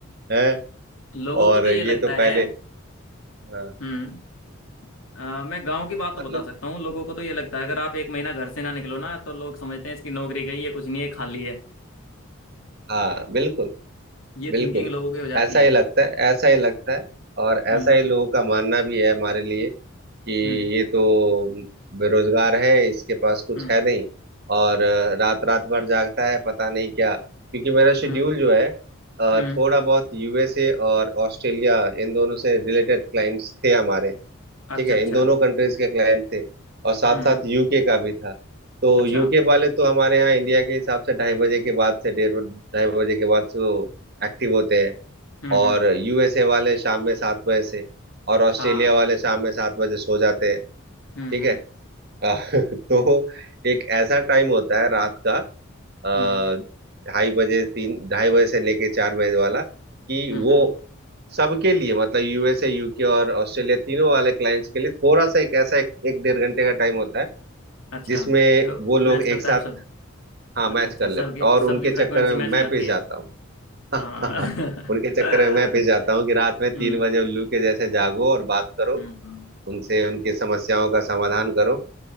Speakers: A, on the right; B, on the left.
A: हैं
B: लोगों
A: और
B: को तो ये
A: ये
B: लगता
A: तो पहले
B: है
A: हाँ
B: हम्म अ, मैं गांव की बात तो
A: मतलब
B: बता सकता हूँ लोगों को तो ये लगता है अगर आप एक महीना घर से ना निकलो ना तो लोग समझते हैं इसकी नौकरी गई है कुछ नहीं है खाली है
A: हाँ बिल्कुल
B: ये
A: बिल्कुल
B: थिंकिंग लोगों की हो जाती
A: ऐसा
B: है
A: ही लगता है ऐसा ही लगता है और
B: हम्म
A: ऐसा ही लोगों का मानना भी है हमारे लिए कि
B: हम्म
A: ये तो बेरोजगार है इसके पास कुछ
B: हम्म
A: है नहीं और रात रात भर जागता है पता नहीं क्या क्योंकि मेरा शेड्यूल
B: हम्म
A: जो है अ,
B: हम्म
A: थोड़ा बहुत यूएसए और ऑस्ट्रेलिया इन दोनों से रिलेटेड क्लाइंट्स थे हमारे
B: अच्छा
A: ठीक है
B: अच्छा
A: इन दोनों कंट्रीज के क्लाइंट थे और साथ
B: हम्म
A: साथ यूके का भी था तो
B: अच्छा
A: यूके वाले तो हमारे यहाँ इंडिया के हिसाब से ढाई बजे के बाद से डेढ़ ढाई बजे के बाद से वो एक्टिव होते हैं
B: हम्म
A: और
B: हम्म
A: यूएसए वाले शाम में सात बजे से और ऑस्ट्रेलिया
B: हाँ
A: वाले शाम में सात बजे सो जाते हैं
B: हम्म
A: ठीक
B: हम्म
A: है अ, <laughs> तो एक ऐसा टाइम होता है रात का अ,
B: हम्म
A: ढाई बजे तीन ढाई बजे से लेके चार बजे वाला कि
B: हम्म
A: वो
B: हम्म,
A: सबके लिए मतलब यूएसए यूके और ऑस्ट्रेलिया तीनों वाले क्लाइंट्स के लिए थोड़ा सा एक ऐसा एक, एक डेढ़ घंटे का टाइम होता है
B: अच्छा
A: जिसमें
B: तो
A: वो लोग
B: मैच करता
A: एक साथ
B: है सब
A: हाँ मैच
B: अच्छा अच्छा
A: कर लेते
B: सबकी
A: और
B: सबकी
A: उनके
B: फ्रिक्वेंसी
A: चक्कर
B: मैच
A: में मैं
B: हो जाती
A: पिस
B: है
A: जाता हूँ <laughs>
B: हाँ
A: उनके चक्कर में मैं पिस जाता
B: <laughs>
A: हूँ कि रात में तीन
B: हम्म
A: बजे उल्लू के जैसे जागो और बात करो
B: हम्म हम्म
A: उनसे उनकी समस्याओं का समाधान करो